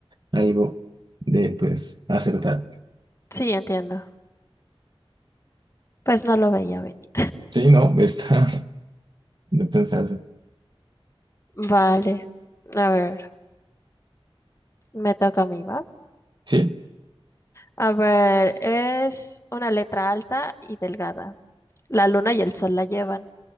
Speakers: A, on the right (about 45°); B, on the left (about 30°).
A: algo de pues acertar.
B: Sí, entiendo. Pues no lo veía venir.
A: Sí, no, está <laughs> de pensarse.
B: Vale. A ver, me toca a mí, ¿va?
A: Sí.
B: A ver, es una letra alta y delgada. La luna y el sol la llevan,